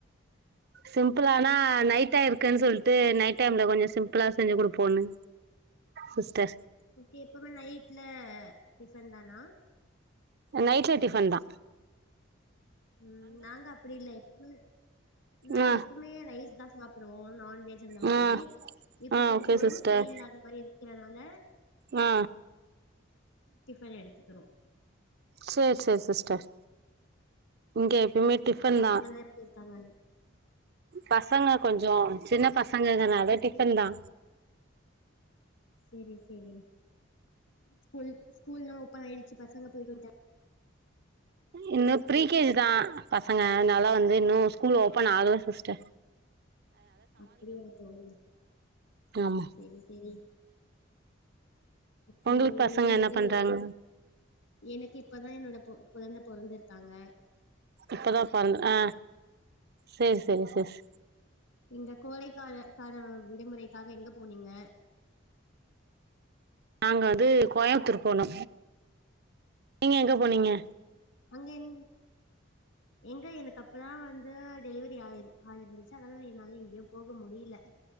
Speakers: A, on the right; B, on the left.
A: சிம்புளானா நைட்டா இருக்குன் சொல்டு நைட் டைம்ல கொஞ்ச சிம்புளா செஞ்சு குடுப்போன்னு சிஸ்ட
B: ஓகே எப்பமே நைட்ல டிஃபன் தானா
A: நைட்ல டிஃபன் தா
B: உம் நாங்க அப்டி இல்ல எப்பப்ப நாங்க
A: ஆ
B: எப்பொமே ரைஸ் தா சாப் புடுவோ நான் வெஜ் அந்த மாரி
A: ஆ
B: இப்ப
A: ஆ
B: கொஞ்சோ
A: ஓகே
B: உடம்பு
A: சிஸ்டர்
B: சரியில்லாத மாரி இருக்கறனால
A: ஆ
B: டிஃபன் எடுத்துக்குறோ
A: சேர் சேர் சிஸ்டர் இங்க எப்பமே
B: ம்
A: டிஃபன்
B: அப்புறோ பசங்கல்லா
A: தா
B: எப்டி இருக்காங்க
A: பசங்க கொஞ்சு ஜோம் சின்ன பசங்கங்கறனால டிஃபன் தா
B: செரி செரி ஸ்கூல் ஸ்கூல்லா ஓப்பன் ஆயிடுச்சி பசங்க பெய்டு வண்ட்டா
A: இன்னு ப்ரீ கேஜி தா பசங்க அதுனால வந்து இன்னு ஸ்கூல் ஓப்பன் ஆகல சிஸ்ட
B: அப்டியா தோழி
A: ஆமா
B: சரி சரி அப்புறோ
A: உங்களுக்கு
B: எங்க
A: பசங்க
B: இந்த
A: என்ன
B: கோல்
A: பண்றாங்க
B: எனக்கு இப்பதா என்னோட பொ கொழந்த பொறந்துருக்காங்க
A: இப்பதா பொறந் அ சரி சரி சிஸ்
B: இந்த கோடைக்கால கான விடுமுறை காக எங்க போனீங்க
A: நாங்க வந்து கோயம்புத்தூர் போனோ நீங்க எங்க போனீங்க
B: அங்க எங் எங்க எனக்கு அப்பதா வந்து டெலிவரி ஆயிரு ஆயிருந்துச்சு அதால என்னால எங்கயு போக முடியல